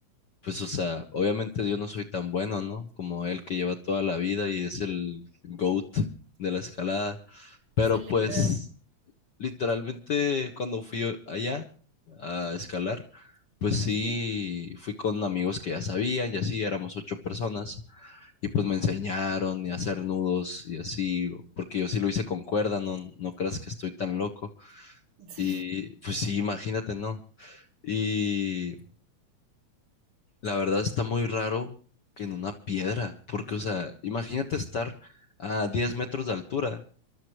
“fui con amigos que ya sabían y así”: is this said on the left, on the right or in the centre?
Left